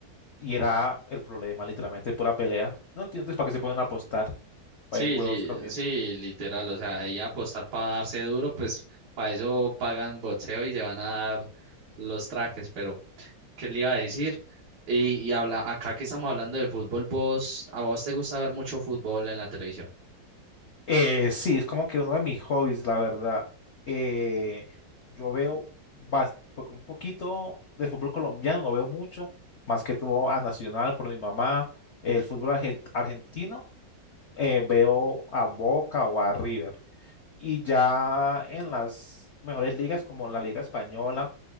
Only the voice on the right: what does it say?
Sí,
li-
sí, literal, o sea, ahí apostar para darse duro, pues para eso pagan boxeo y se van a dar los trajes, pero ¿qué le iba a decir? Y, y habla, acá que estamos hablando de fútbol, vos, ¿a vos te gusta ver mucho fútbol en la televisión?